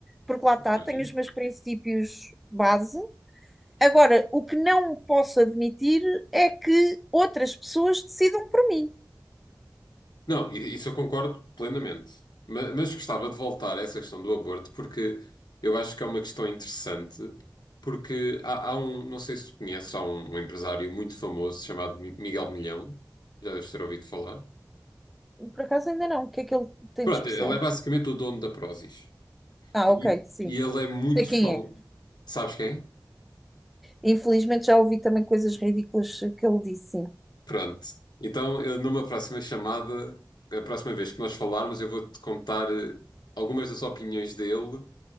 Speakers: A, in the centre; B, on the left (about 70°).
A: porque lá está,
B: Olha.
A: tenho os meus princípios base. Agora, o que não posso admitir é que outras pessoas decidam por mim.
B: Não, i- isso eu concordo plenamente. Ma- Mas gostava de voltar a essa questão do aborto, porque eu acho que é uma questão interessante, porque há, há um, não sei se tu conheces, há um, um empresário muito famoso chamado Mi- Miguel Milhão, já deves ter ouvido falar.
A: Por acaso ainda não. O que é que ele tem
B: Pronto,
A: de especial?
B: ele é basicamente o dono da Prozis.
A: Ah,
B: E,
A: ok, sim.
B: e ele é muito
A: Sei quem
B: famoso.
A: é.
B: Sabes quem?
A: Infelizmente já ouvi também coisas ridículas que ele disse, sim.
B: Pronto. Então, eu, numa próxima chamada, a próxima vez que nós falarmos, eu vou-te contar eh, algumas das opiniões dele